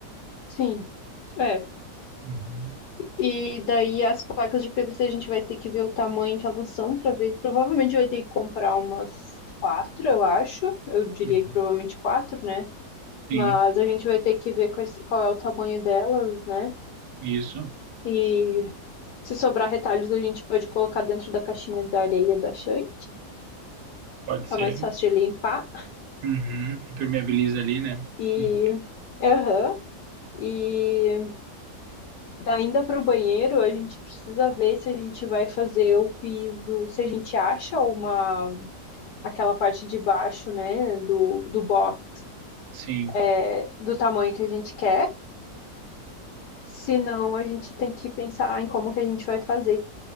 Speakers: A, on the left; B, on the right.
A: Sim. É.
B: Uhum,
A: E daí as placas de PVC a gente vai ter que ver o tamanho que elas são para ver. Provavelmente vai ter que comprar umas quatro, eu acho. Eu diria
B: uhum.
A: que provavelmente quatro, né?
B: Sim,
A: Mas a gente vai ter que ver quais- qual é o tamanho delas, né?
B: isso,
A: E se sobrar retalhos, a gente pode colocar dentro da caixinha da areia da Shant.
B: pode
A: Fica
B: ser.
A: mais fácil de limpar.
B: Uhum, Impermeabiliza ali, né?
A: E.
B: Uhum.
A: Aham. E ainda para o banheiro, a gente precisa ver se a gente vai fazer o piso, se a gente acha uma aquela parte de baixo, né, do, do box,
B: Sim.
A: é, do tamanho que a gente quer. Senão, a gente tem que pensar em como que a gente vai fazer.